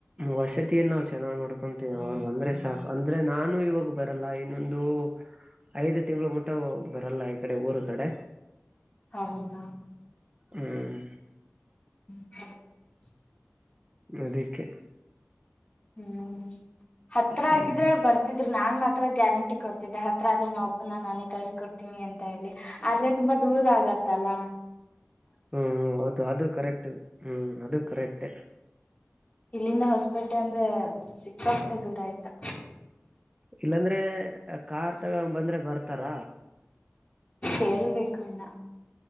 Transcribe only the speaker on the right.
ವಸತಿಯನ್ನ ನಾವ್ ಚೆನ್ನಾಗ್ ನೋಡ್ಕೊಂತೀ ಅವ್ರ ಬಂದ್ರೆ ಸಾಕು ಅಂದ್ರೆ ನಾನು ಇವಾಗ ಬರಲ್ಲ ಇನ್ನೊಂದು ಐದು ತಿಂಗಳು ಮುಟ್ಟ ಬರಲ್ಲ ಈ ಕಡೆ ಊರ್ ಕಡೆ
ಹ್ಮ್
ನಡಿಕ್ಕೆ
ಹ್ಮ್
ಹ್ಮ್ ಹೌದು ಅದು ಕರೆಕ್ಟ್ ಹ್ಮ್ ಅದು ಕರೆಕ್ಟ್
ಇಲ್ಲಾಂದ್ರೆ ಕಾರ್ ತಗೊಂಡ್ ಬಂದ್ರೆ ಬರ್ತಾರ